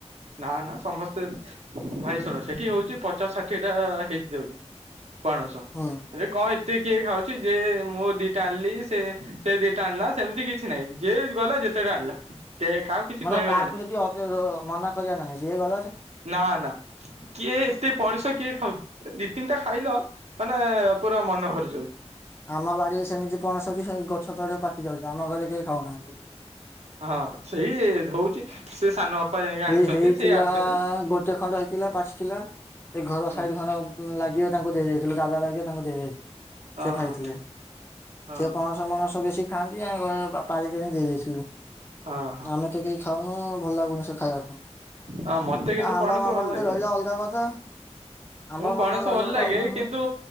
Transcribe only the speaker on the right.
ନା ନା ସମସ୍ତେ ଭାଇଶରା ସେଠି ହଉଛି ପଚାଶ ଷାଠିଏ ଟା ହେଇଯାଉଚି। ପାଣସ
ରେ କଣ ଏତେ କିଏ ଖାଉଛି ଯେ ମୋ ଦିଟା ଆଣିଲି ସେ ସେ ଦିଟା ଆଣିଲା ସେମିତି କିଛି ନାହିଁ ଯିଏ ଗଲା ଯେତେଟା ଆଣିଲା। କେ କାହାକୁ କିଛି
କହିବାର
ନାହିଁ।
ନା ନା କିଏ ଏତେ ପଣିସ କିଏ ଖାଉଛି ଦି ତିନିଟା ଖାଇଲ ମାନେ ପୁରା ମନ ଭରି ଯାଉଛି
ହଁ ସେଇ ଧଉଛି ସେ ସାନ ବାପା ଯାଇକି ଆଣିଛନ୍ତି
ସେ ଆଣିଛନ୍ତି।
ହୁଁ
ଓହୋ
ହଁ
ହଁ
ହଁ ମତେ
କିନ୍ତୁ
ପଣସ
ଭଲ
ଲାଗେ
ମୁଁ ପଣସ
ଭଲ
ଲାଗେ
କିନ୍ତୁ